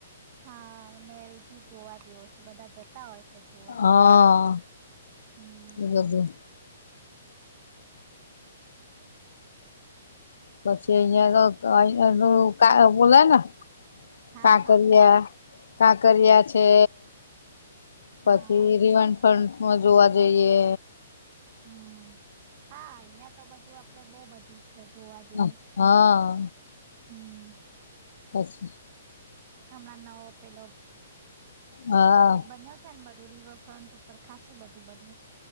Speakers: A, on the right; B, on the left.
A: હા મેલ ભી જોવા જેવો છે બધા જતા હોય છે જોવા
B: હા
A: હમ.
B: એ બધું પછી અહયા તો અ એ ક બોલાય ને
A: હા
B: ક
A: હા
B: કરી્યા કાંકરિયા છે પછી
A: હા
B: રીવાન ફન્ટમાં જોવા જઈએ
A: હમ હા અહિયાં તો બધું આપડે બહુ બધું છે જોવા જેવું
B: અ હા
A: હમ
B: અચછ
A: હમણાં નવો પેલો
B: હા
A: એ બન્યો છે ને બધ રિવરફ્રન્ટ ઉપર ખાસું બધું બન્યું છે